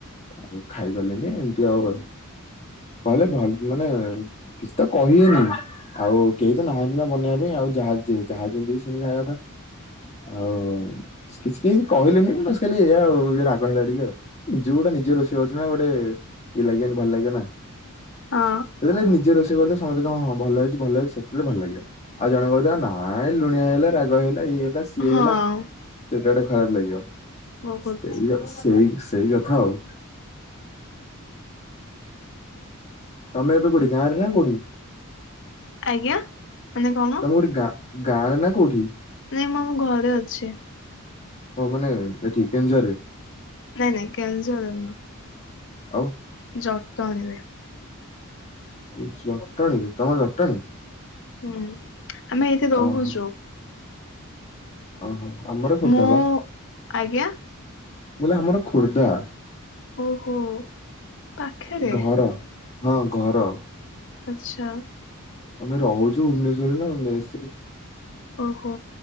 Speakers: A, on the left; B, on the left.
A: ଆଉ ଖାଇପାରିଲନି ଏମିତି ଆଉ। ବା କହିଲେ <unintelligible> ମାନେ କିଛି ତ କହିିବେନି ଆଉ କେହି ତ ନାହାନ୍ତି ନା ବନେଇବା ପାଇଁ ଆଉ ଯାହା ଯେ ଯାହା ଯେମିତି ସେମିତି ଖାଇବା କଥା ଆଉ। କିଛି କେହି କହିଲେନି ବେଶି ଖାଲି ଏଇଆ ଆଉ ଯେ ରାଗ ହେଇଗଲା ଟିକେ ଆଉ। ନିଜ ଗୋଟେ ନିଜେ ରୋଷେଇ କରିଛି ନା ଗୋଟେ ଇଏ ଲାଗିବନି ଭଲ ଲାଗିବ ନା।
B: ହଁ
A: ଯେତେବେଳେ ନିଜେ ରୋଷେଇ କରିଥିବ ସମସ୍ତେ କହିବେ ହଁ ଭଲ ହେଇଛି ଭଲ ହେଇଛି ସେତେବେଳେ ଭଲ ଲାଗିବ। ଆଉ ଜଣେ କହୁଥିବ ନା ହଁ ଇଏ ଲୁଣିଆ ହେଇଗଲା ରାଗ ହେଇଗଲା ଇଏ ହେଇଗଲା ସିଏ
B: ହଁ
A: ହେଇଗଲା ସେଇଟା ଗୋଟେ ଖରାପ ଲାଗିବ।
B: ବହୁତ
A: ସେଇଆ ସେଇ ସେଇ କଥା ଆଉ। ତମେ ଏବେ କୋଉଠି ଗାଁରେ ନା କୋଉଠି?
B: ଆଜ୍ଞା ମାନେ କଣ?
A: ତମେ କୋଉଠି ଗାଁ ଗାଁରେ ନା କୋଉଠି?
B: ନାଇଁ ମୁଁ ଆମ ଘରେ ଅଛି।
A: ହଁ ମାନେ ଏଠି କେଉଁଝରରେ?
B: ନାଇଁ ନାଇଁ କେଉଁଝର ନୁହଁ।
A: ଆଉ।
B: ଜଟଣୀରେ।
A: ଓ ଜଟଣୀରେ ତମ ଘର ଜଟଣୀ।
B: ହୁଁ ଆମେ ଏଇଠି ରହୁଛୁ।
A: ଓହୋ ଓହୋ ଆମର ଖୋର୍ଦ୍ଧା
B: ମୁଁ
A: ବା
B: ଆଜ୍ଞା
A: ମୁ କହିଲି ଆମର ଖୋର୍ଦ୍ଧା।
B: ଓହୋ ପାଖରେ।
A: ଘର ହଁ ଘର।
B: ଆଚ୍ଛା।
A: ଆମେ ରହୁଛୁ ଭୁବନେଶ୍ୱରରେ ନା ମେସରେ।
B: ଓହୋ